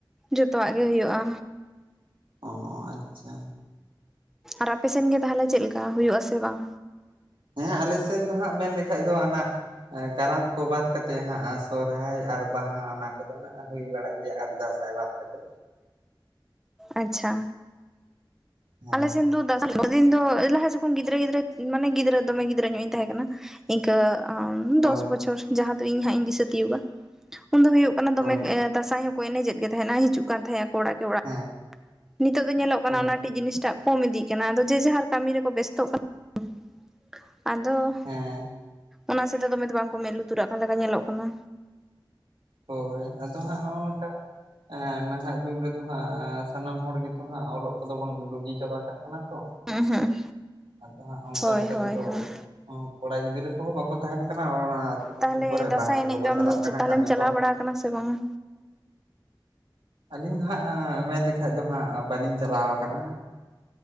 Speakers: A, in the centre; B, on the right.
A: ᱡᱚᱛᱚᱣᱟᱜ ᱜᱮ ᱦᱩᱭᱩᱜ-ᱟ᱾
B: ᱚᱸ ᱟᱪᱪᱷᱟ
A: ᱟᱨ ᱟᱯᱮᱥᱮᱱ ᱜᱮ ᱛᱟᱦᱚᱞᱮ ᱪᱮᱫ ᱞᱮᱠᱟ ᱦᱩᱭᱩᱜ-ᱟ ᱥᱮ ᱵᱟᱝ?
B: ᱦᱮᱸ ᱟᱞᱮ ᱥᱮᱱ ᱫᱚ ᱦᱟᱸᱜ ᱢᱮᱱ ᱞᱮᱠᱷᱟᱡ ᱫᱚ ᱦᱟᱱᱟ ᱠᱟᱨᱟᱢ ᱠᱚ ᱵᱟᱫ ᱠᱟᱛᱮᱫ ᱦᱟᱸᱜ ᱥᱚᱨᱦᱟᱭ ᱟᱨ ᱵᱟᱦᱟ ᱚᱱᱟ ᱠᱚᱫᱚ ᱦᱟᱸᱜ ᱦᱩᱭ ᱵᱟᱲᱟᱜ ᱜᱮᱭᱟ ᱟᱨ <unintelligible> ᱵᱟᱛ ᱠᱟᱛᱮ
A: ᱟᱪᱪᱷᱟ
B: ᱦᱮᱸ
A: ᱟᱞᱮ ᱥᱮᱱᱫᱚ ᱫᱟᱥ ᱫᱤᱱ ᱫᱚ ᱞᱟᱦᱟ ᱡᱚᱠᱷᱚᱱ ᱜᱤᱫᱽᱨᱟᱹ ᱜᱤᱫᱽᱨᱟᱹ ᱢᱟᱱᱮ ᱜᱤᱫᱽᱨᱟᱹ ᱫᱚᱢᱮ ᱜᱤᱫᱽᱨᱟᱹ ᱧᱚᱜ ᱤᱧ ᱛᱟᱦᱮᱸ ᱠᱟᱱᱟ ᱤᱱᱠᱟᱹ
B: ᱦᱳᱭ
A: ᱫᱚᱥ ᱵᱚᱪᱷᱚᱨ ᱡᱟᱦᱟᱸ ᱫᱚ ᱤᱧ ᱦᱟᱸᱜ ᱤᱧ ᱫᱤᱥᱟᱹ ᱛᱤᱭᱩᱜᱟ ᱩᱱ ᱫᱚ ᱦᱩᱭᱩᱜ ᱠᱟᱱᱟ
B: ᱦᱳᱭ
A: ᱫᱚᱢᱮ ᱫᱟᱸᱥᱟᱭ ᱠᱚ ᱮᱱᱮᱡᱮᱜ ᱜᱮ ᱛᱟᱦᱮᱸᱱᱟ ᱦᱤᱡᱩᱜ ᱠᱟᱱ ᱛᱟᱦᱮᱸᱜ ᱟᱠᱚ ᱚᱲᱟᱜ ᱠᱮ ᱚᱲᱟᱜ
B: ᱦᱮᱸ
A: ᱱᱤᱛᱚᱜ ᱫᱚ ᱧᱮᱞᱚᱜ ᱠᱟᱱᱟ
B: ᱦᱳᱭ
A: ᱚᱱᱟᱴᱤᱡ ᱡᱤᱱᱤᱥ ᱴᱟᱜ ᱠᱚᱢ ᱤᱫᱤᱜ ᱠᱟᱱᱟ ᱟᱫᱚ ᱡᱮ ᱡᱟᱦᱟᱨ ᱠᱟᱹᱢᱤ ᱨᱮᱠᱚ ᱵᱮᱥᱛᱚᱜ ᱠᱟᱱᱟ ᱟᱫᱚ
B: ᱦᱮᱸ
A: ᱚᱱᱟ ᱥᱮᱫ ᱫᱚ ᱫᱚᱢᱮ ᱫᱚ ᱵᱟᱝ ᱠᱚ ᱢᱮᱸᱫ ᱞᱩᱛᱩᱨᱟᱜ ᱠᱟᱱ ᱞᱮᱠᱟ ᱧᱮᱞᱚᱜ ᱠᱟᱱᱟ᱾
B: ᱦᱳᱭ ᱟᱫᱚ ᱦᱟᱸᱜ ᱱᱚᱜᱼᱚ ᱱᱚᱝᱠᱟ ᱮᱸ ᱱᱟᱦᱟᱜ ᱡᱩᱜᱽ ᱨᱮᱫᱚ ᱦᱟᱸᱜ ᱥᱟᱱᱟᱢ ᱦᱚᱲ ᱜᱮᱛᱚ ᱦᱟᱸᱜ ᱚᱞᱚᱜ ᱠᱚᱫᱚ ᱵᱚᱱ ᱰᱩᱜᱤ ᱪᱟᱵᱟ ᱠᱟᱜ ᱠᱟᱱᱟ ᱛᱚ᱾
A: ᱦᱩᱸ ᱦᱩᱸ
B: ᱟᱫᱚ ᱦᱟᱸᱜ ᱚᱱᱠᱟ
A: ᱦᱳᱭ
B: ᱞᱮᱠᱟ
A: ᱦᱳᱭ
B: ᱛᱮᱫᱚ
A: ᱦᱳᱭ
B: ᱦᱩᱸ ᱠᱚᱲᱟ ᱜᱤᱫᱽᱨᱟᱹ ᱠᱚᱦᱚᱸ ᱵᱟᱠᱚ ᱛᱟᱦᱮᱱ ᱠᱟᱱᱟ ᱚᱱᱟ ᱟᱹᱛᱩ ᱫᱤᱥᱚᱢ
A: ᱛᱟᱦᱚᱞᱮ
B: ᱠᱚᱨᱮ
A: ᱫᱟᱥᱟᱭ
B: ᱵᱟᱦᱨᱮ
A: ᱮᱱᱮᱡ
B: ᱠᱚᱠᱚ
A: ᱫᱚ ᱟᱢᱫᱚᱢ
B: ᱪᱟᱞᱟᱜ ᱠᱟᱱᱟ
A: ᱛᱟᱦᱚᱞᱮᱢ
B: ᱠᱟᱹᱢᱤ
A: ᱪᱟᱞᱟᱣ
B: ᱠᱚ
A: ᱵᱟᱲᱟ ᱠᱟᱱᱟᱢ ᱥᱮ ᱵᱟᱝᱟ?
B: ᱟᱹᱞᱤᱧ ᱫᱚ ᱦᱟᱸᱜ ᱟ ᱢᱮᱱ ᱞᱮᱠᱷᱟᱡ ᱫᱚ ᱦᱟᱸᱜ ᱵᱟᱹᱞᱤᱧ ᱪᱟᱞᱟᱣ ᱟᱠᱟᱱᱟ᱾